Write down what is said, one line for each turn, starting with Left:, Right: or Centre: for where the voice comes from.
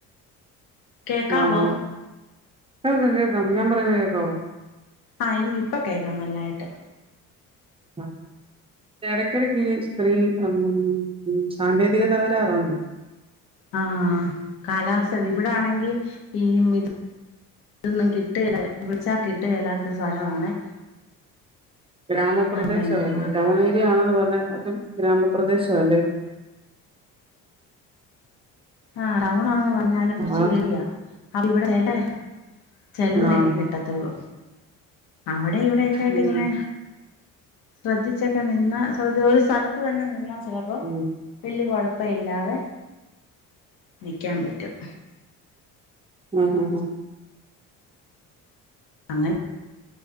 Left: കേക്കാവോ
Right: ആഹ് ഞാ പർയുന്നെ കേക്കാവേ ഞാ പറയുന്നെകേക്കാവോ?
Left: ആഹ് എനിക്ക് ഇപ്പൊ കേക്കാം നന്നയിട്ട്
Right: <unintelligible> എടക്കിടക്കീ സ്ക്രീ ഉം സാങ്കേതിക തകരാറുണ്ട്
Left: ആഹ് കാലാവസ്ഥ ഇവിടാണെങ്കി ഈ മിടി ഇതൊന്നും കിട്ടേല്ല വിൾച്ചാൽ കിട്ടു ഇല്ലാത്ത സ്ഥലവാണെ
Right: ഗ്രാമപ്രദേശവല്ലേ
Left: ഭയങ്കര പാടാ
Right: ടൗൺ ഏരിയ ആണെന്ന് പറഞ്ഞാ അതും ഗ്രാമപ്രദേശവല്ലേ
Left: ആ ടൌൺണാണ് പറഞ്ഞാലും കുറച്ച്
Right: ആഹ്
Left: കേറിയാ അപ്പവിടെ ചെലെ ചെലതിനെക്കെ
Right: ആഹ്
Left: കിട്ടത്തുള്ളൂ അവിടെ ഇവിടെയൊക്കെയായ്ട്ടിങ്ങനെ
Right: ഉം
Left: ശ്രദ്ധിച്ചൊക്കെ നിന്ന ശ്രദ്ധ ഒരു സ്ഥലത്ത് തന്നെ നിന്നാ ചെലപ്പോ
Right: ഉം
Left: വെല്യ കൊഴപ്പയില്ലാതെ നിക്ക്യാൻ പറ്റും
Right: ആഹ് ഹാ ഹാ
Left: അങ്ങനെ